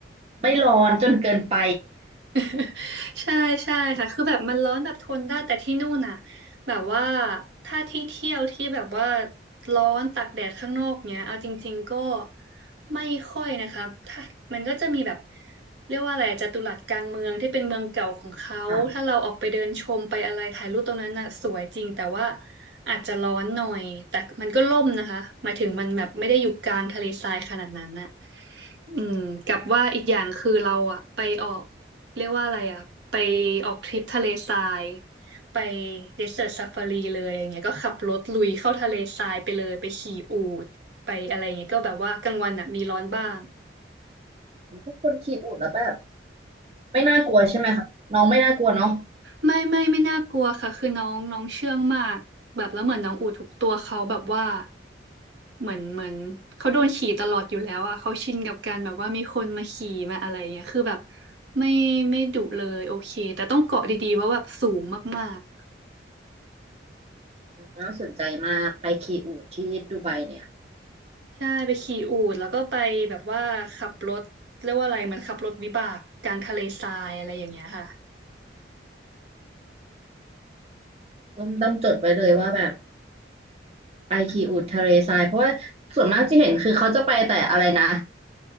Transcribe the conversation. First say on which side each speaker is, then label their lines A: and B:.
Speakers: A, on the right; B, on the right.
A: ไม่ร้อนจนเกินไป
B: <laughs> ใช่ใช่ค่ะคือแบบมันร้อนแบบทนได้แต่ที่นู่นน่ะแบบว่าถ้าที่เที่ยวที่แบบว่าร้อนตากแดดข้างนอกเนี้ยเอาจริงๆก็ไม่ค่อยนะคะถ้ามันก็จะมีแบบเรียกว่าอะไรอะจัตุรัสกลางเมืองที่เป็นเมืองเก่าของเขาถ้าเราออกไปเดินชมไปอะไรถ่ายรูปตรงนั้นน่ะสวยจริงแต่ว่า
A: ค่ะ
B: อาจจะร้อนหน่อยแต่มันก็ร่มนะคะหมายถึงมันแบบไม่ได้อยู่กลางทะเลทรายขนาดนั้นน่ะอืมกับว่าอีกอย่างคือเราอะไปออก เรียกว่าอะไรอ่ะไปออกทริปทะเลทรายไปเดสเ e ิร์ a ซ a ฟารีเลยอย่างเงี้ยก็ขับรถลุยเข้าทะเลทรายไปเลยไปขี่อูฐไปอะไรอย่างเงี้ยก็แบบว่ากลางวันอ่ะมีร้อนบ้าง
A: ทุกคนขีอูดแล้วแบบไม่น่ากลัวใช่ไหมคะน้องไม่น่ากลัวเนาะ
B: ไม่ไม่ไม่น่ากลัวค่ะคือน้องน้องเชื่องมากแบบแล้วเหมือนน้องอูทุกตัวเขาแบบว่าเหมือนเหมือนเขาโดนขี่ตลอดอยู่แล้วอ่ะเขาชินกับการแบบว่ามีคนมาขี่มาอะไรเงี้ยคือแบบไม่ไม่ดุเลยโอเคแต่ต้องเกาะดีๆเพราะแบบสูงมากๆ
A: น่าสนใจมากไปขีอูดที่ดูไบเนี่ย
B: ใช่ไปขี่อูฐแล้วก็ไปแบบว่าขับรถเรียกว่าอะไรเหมือนขับรถวิบากกลางทะเลทรายอะไรอย่างเงี้ยค่ะ
A: ต้องต้องจดไว้เลยว่าแบบไปคีอูดทะเลทรายเพราะว่าส่วนมากที่เห็นคือเขาจะไปแต่อะไรนะ